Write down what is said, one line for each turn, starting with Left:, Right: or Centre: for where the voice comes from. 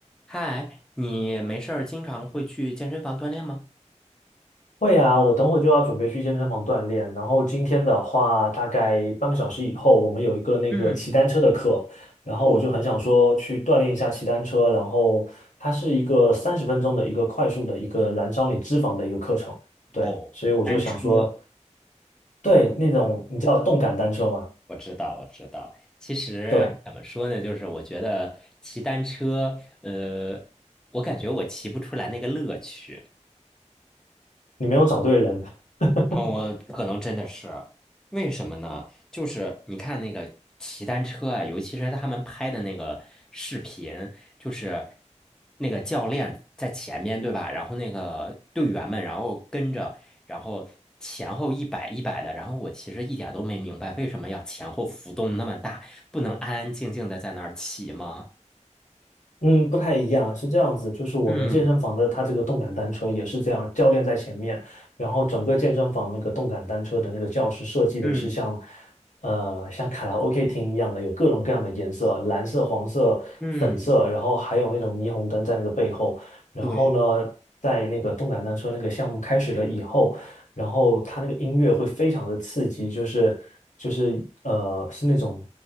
Centre: 嗨，你没事儿经常会去健身房锻炼吗？
Left: 会啊，我等会就要准备去健身房锻炼。然后今天的话，大概半个小时以后，我们有一个那个骑单车的课，
Centre: 嗯，
Left: 然后我就很想说去锻炼一下骑单车。
Centre: 哦
Left: 然后它是一个三十分钟的一个快速的一个燃烧你脂肪的一个课程，对，
Centre: 哦，
Left: 所以我就想说，
Centre: 单车，
Left: 对那种你知道动感单车吗？
Centre: 我知道，我知道。其实怎么说呢，
Left: 对，
Centre: 就是我觉得骑单车，呃，我感觉我骑不出来那个乐趣。
Left: 你没有找对人。<laughs>
Centre: 哦，我可能真的是，为什么呢？就是你看那个骑单车啊，尤其是他们拍的那个视频，就是那个教练在前面，对吧？然后那个队员们，然后跟着，然后前后一摆一摆的。然后我其实一点都没明白，为什么要前后浮动那么大，不能安安静静的在那儿骑吗？
Left: 嗯，不太一样，是这样子，就是我们健身房的它这个动感单车也是这样，
Centre: 嗯
Left: 教练在前面，然后整个健身房那个动感单车的那个教室设计的是像，
Centre: 嗯
Left: 呃，像卡拉 OK 厅一样的，有各种各样的颜色，蓝色、黄色、
Centre: 嗯，
Left: 粉色，然后还有那种霓虹灯在那个背后，然后呢，
Centre: 对。
Left: 在那个动感单车那个项目开始了以后，然后它那个音乐会非常的刺激，就是就是呃，是那种